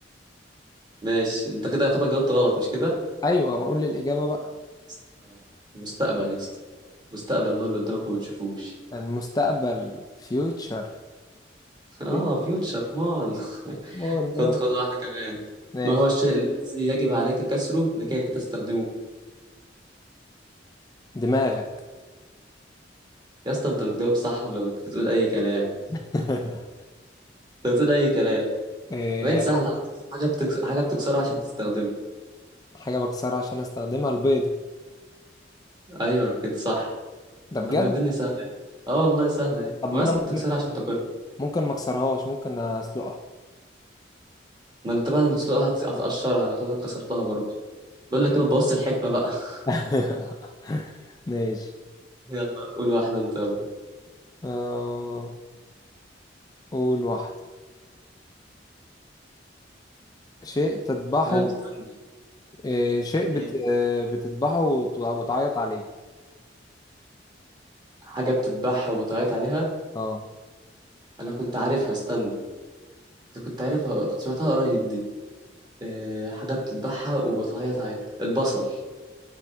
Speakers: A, on the right (about 25°); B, on the left (about 20°).
A: ماشي انت كده يعتبر جاوبت غلط مش كده يا
B: ايوه ما اقول لي الإجابة بقى
A: اسطى، المستقبل يا اسطى المستقبل هو اللي قدامك وما بتشوفوش
B: المستقبل future
A: اه
B: ليك
A: فيوتشر مال <laughs>
B: اوه
A: خد
B: نو
A: خد واحدة كمان
B: ماشي
A: ما هو الشيء الذي يجب عليك كسره لكي تستخدمه
B: دماغك
A: يا اسطى انت بتجاوب صح ولا بت- بتقول اي كلام
B: <laughs>
A: انت بتقول اي كلام
B: إيه،
A: باين سهل على فكرة حاجة بتكس... حاجة بتكسرها عشان تستخدمها
B: حاجة بكسرها عشان استخدمها البيضة
A: ايوه كده صح
B: ده بجد
A: طب ما الدنيا سهلة يعني اه والله سهلة يعني
B: طب
A: ما
B: ما
A: يا اسطى
B: انا ممكن
A: بتكسرها عشان تاكلها
B: ممكن ما اكسرهاش ممكن اسلقها
A: ما انت بعد ما تسلقها هت- هتقشرها يعتبر كسرتها برضه بقول لك ايه ما تبوظش الحكمة بقى
B: <laughs>
A: <laughs>
B: ماشي
A: يلا قول واحدة انت يلا
B: آه، قول واحدة شيء تذبحه
A: انا مستني
B: إيه، شيء
A: مم.
B: بت... آه، بتذبحه وت- وتعيط عليه
A: حاجة بتتباع وبتعيط عليها
B: اه
A: انا كنت عارفها استنى انا كنت عارفها كنت سمعتها قريب دي أه حاجة بتتباعها وبتعيط عليها البصل